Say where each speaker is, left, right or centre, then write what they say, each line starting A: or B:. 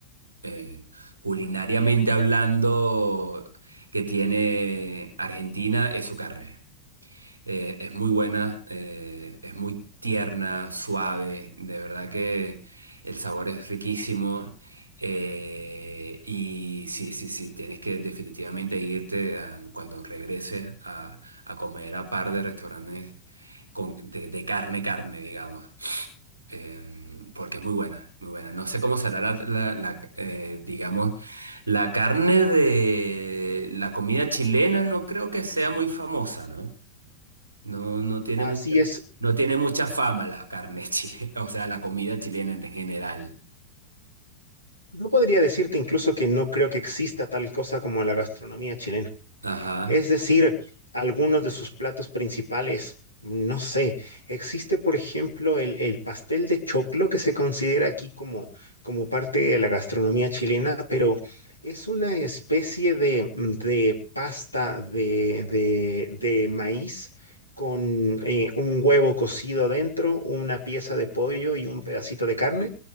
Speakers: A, on the right; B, on the left.
A: eh, culinariamente hablando que tiene Argentina es su carne. Eh, es muy buena, eh, es muy tierna, suave, de verdad que el sabor es riquísimo. eh, y sí, sí, sí, tienes que definitivamente irte ah, cuando regreses a, a comer a par de restaurantes con- de, de carne, carne, digamos em, porque es muy buena, muy buena. No sé cómo será la, la- la, eh, digamos, la carne de la comida chilena, no creo que sea muy famosa, ¿no? No, no tiene
B: Así
A: mucha,
B: es,
A: no tiene mucha fama la carne chilena, <laughs> o sea, la comida chilena en general.
B: no podría decirte incluso que no creo que exista tal cosa como la gastronomía chilena.
A: Ajá,
B: Es decir, algunos de sus platos principales. No sé, existe por ejemplo el, el pastel de choclo que se considera aquí como, como parte de la gastronomía chilena, pero es una especie de, de pasta de, de- de maíz con eh, un huevo cocido adentro, una pieza de pollo y un pedacito de carne.